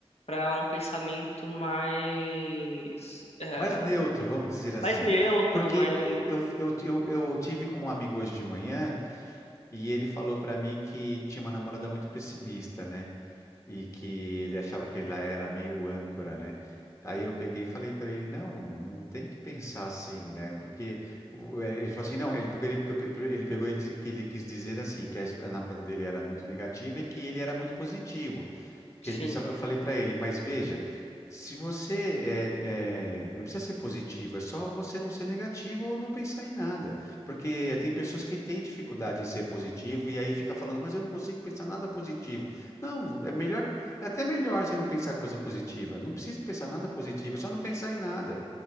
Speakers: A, on the left (about 85°); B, on the left (about 30°).
A: para um pensamento mais, eh,
B: Mas neutro, vamos dizer assim,
A: mais neutro,
B: porque
A: mais,
B: eu, eu, eu, eu, eu tive com um amigo hoje de manhã e ele falou pra mim que tinha uma namorada muito pessimista, né? E que ele achava que ela era meio âncora, né? Aí eu peguei e falei pra ele, não, não tem que pensar assim, né? Porque o- ele falou assim, não, ele pegou, ele, pegou- ele pegou e disse- que ele quis dizer assim, que a es- a namorada dele era muito negativa e que ele era muito positivo. que
A: sim,
B: ele pensava, eu falei para ele, mas veja, se você é, é, não precisa ser positivo, é só você não ser negativo ou não pensar em nada, porque tem pessoas que têm dificuldade em ser positivo e aí fica falando, mas eu não consigo pensar nada positivo. Não, é melhor, é até melhor você não pensar coisa positiva. Não precisa pensar nada positivo, é só não pensar em nada.